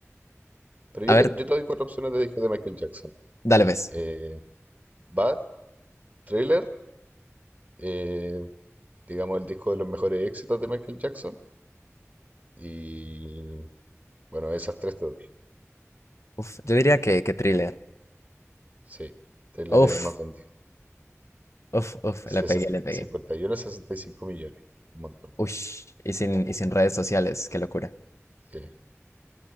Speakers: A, on the right (about 35°); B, on the left (about 70°).
A: Pero yo
B: a ver,
A: te, yo te doy cuatro opciones de discos de Michael Jackson.
B: dale, ves.
A: Eh, Bad, Thriller, eh, digamos el disco de los mejores éxitos de Michael Jackson. Y bueno, esas tres te doy.
B: Uf, yo diría que, que Thriller.
A: Sí, Thriller
B: Uf,
A: es el más vendido.
B: uf, uf,
A: Sesen-
B: le pegué, le pegué.
A: 51 a sesenta y cinco millones. Un montón.
B: Ush, y sin, y sin redes sociales, qué locura.
A: Sí.